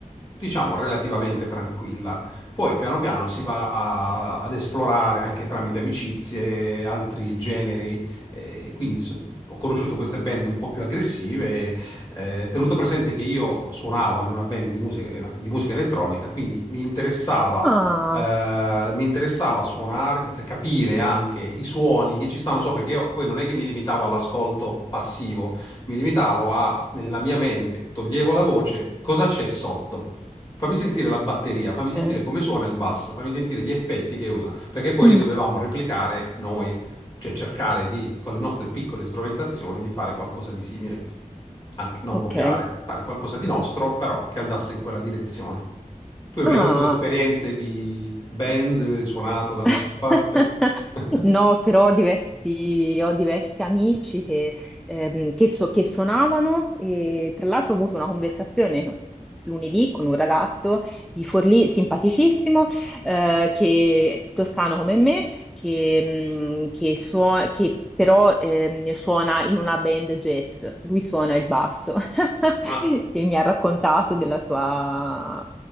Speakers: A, on the left; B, in the centre.
A: diciamo, relativamente tranquilla. Poi piano piano si va a- ad esplorare anche tramite amicizie, altri generi. eh, quindi so- ho conosciuto queste band un po' più aggressive. eh, tenuto presente che io suonavo in una band di musica, di musica elettronica, quindi mi interessava
B: Ah,
A: eh, mi interessava suonare, c- capire anche i suoni che ci stanno sopra, perché io poi non è che mi limitavo all'ascolto passivo, mi limitavo a, nella mia mente, toglievo la voce, cosa c'è sotto? Fammi sentire la batteria,
B: ok.
A: fammi sentire come suona il basso, fammi sentire gli effetti che usa, perché poi
B: Mm,
A: li dovevamo replicare noi, cioè cercare di, con le nostre piccole strumentazioni, di fare qualcosa di simile, Anche- non
B: ok.
A: copiare, fare qualcosa di nostro, però che andasse in quella direzione. Tu hai mai
B: Ah,
A: avuto esperienze di band, hai suonato da
B: <laughs>
A: qualche parte? <laughs>
B: No, però ho diversi, ho diversi amici che, ehm, che so- che suonavano e tra l'altro ho avuto una conversazione lunedì con un ragazzo di Forlì, simpaticissimo, eh, che, toscano come me, che, mm, che suo- che però ehm, suona in una band jazz, lui suona il basso <laughs>
A: Ah,
B: e mi ha raccontato della sua